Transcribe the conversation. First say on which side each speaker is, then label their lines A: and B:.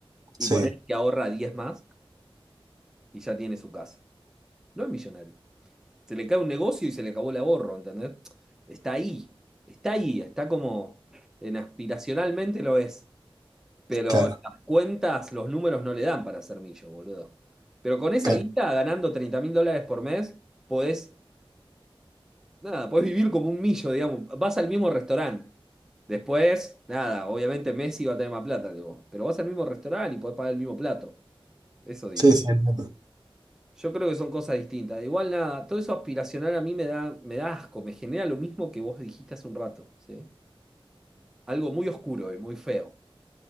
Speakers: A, in the centre; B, on the right.
A: y
B: sí,
A: poner que ahorra 10 más y ya tiene su casa. No es millonario. Se le cae un negocio y se le acabó el ahorro, ¿entendés? Está ahí, está ahí, está como en aspiracionalmente lo es, pero
B: claro,
A: las cuentas, los números no le dan para ser millo, boludo. Pero con esa
B: claro.
A: guita, ganando treinta mil dólares por mes, podés, nada, podés vivir como un millo, digamos. Vas al mismo restaurante. Después, nada, obviamente Messi va a tener más plata que vos, pero vas al mismo restaurante y podés pagar el mismo plato. Eso digo.
B: Sí, sí, entiendo.
A: Yo creo que son cosas distintas. Igual nada, todo eso aspiracional a mí me da, me da asco, me genera lo mismo que vos dijiste hace un rato, ¿sí? Algo muy oscuro y muy feo.